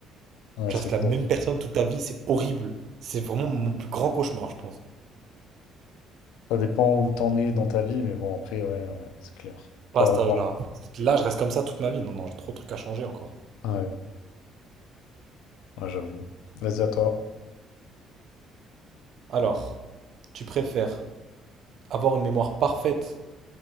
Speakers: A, on the left; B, on the right.
A: Ouais,
B: Tu
A: c'est
B: restes
A: chaud.
B: la même personne toute ta vie, c'est horrible. C'est vraiment mon plus grand cauchemar, je pense.
A: Ça dépend où t'en es dans ta vie, mais bon, après, ouais, ouais, c'est clair.
B: Pas
A: Pas
B: à cet
A: grand.
B: âge-là. Là, je reste comme ça toute ma vie. Non, non, j'ai trop de trucs à changer encore.
A: Ouais, ouais, j'avoue. Vas-y à toi.
B: Alors, tu préfères avoir une mémoire parfaite